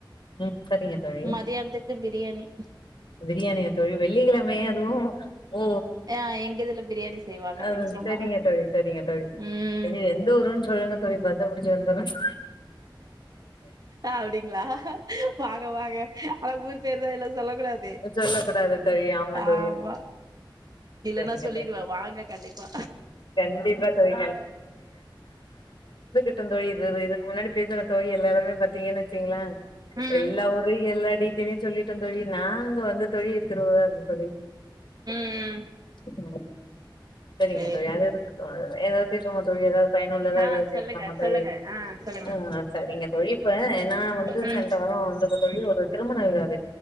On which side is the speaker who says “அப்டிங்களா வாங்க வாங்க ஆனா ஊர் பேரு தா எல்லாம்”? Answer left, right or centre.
Right